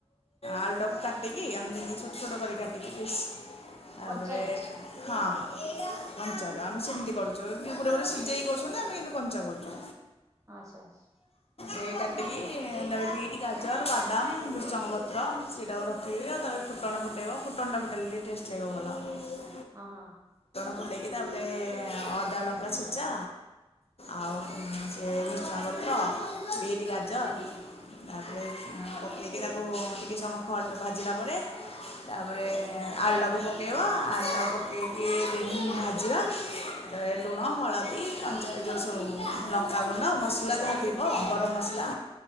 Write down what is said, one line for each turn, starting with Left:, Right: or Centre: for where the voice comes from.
Left: ଆଲୁଟାକୁ କାଟିକି। ମ ଛଟ ଛୋଟ କରି କାଟି। ତାପରେ
Right: କଞ୍ଚାରୁ
Left: ହଁ ମଞ୍ଛା ଆମ ସେ। ସେମିତି ଗୁରେ ଗୁରେ ସିଝେଇ କରୁଛନ୍ତି ଆମେ କିନ୍ତୁ କଞ୍ଚା କରୁଛୁ।
Right: ଆଚ୍ଛା।
Left: ଏ କାଟିକି ତାପରେ ଟିକେ। ଗାଜର ବାଦାମ ଭୃସଙ୍ଗପତ୍ର ସେଇଟାକୁ ରଖି ଆଉ ତାପରେ ଫୁଟନ ଫୁଟାଇବ ଫୁଟା ଫଟାଇଲେ ଟି। ଟେଷ୍ଟ। <inaudible>
Right: ହଁ ହଁ।
Left: ଫୁଣ୍ଡେଇକି ତାପରେ ଅଦା ଲଙ୍କା ଛେଚା ଆଉ
Right: ହଁ
Left: ସେ। ଭ୍ରୁସଙ୍ଗ ପତ୍ର ବିଟ୍ ଗାଜର।
Right: ହଁ
Left: ତାପରେ
Right: ହଁ।
Left: ଉଁ, ପକେଇକି ତାକୁ ଟିକେ ସମୟ ଖ ଭାଜିଲା ପରେ। ତାପରେ ଆଳୁକୁ ପକେଇବା ଆଳୁ ପକେଇକି ଟି ଭାଜିବା। ତାପରେ ଲୁଣ
Right: ହୁଁ
Left: ହଳଦୀ। କଞ୍ଚ ଯେଉଁ ସବୁ ଲଙ୍କାଗୁଣ୍ଡ ମସଲା ଯାହା ଥିବ ଗରମ ମସଲା।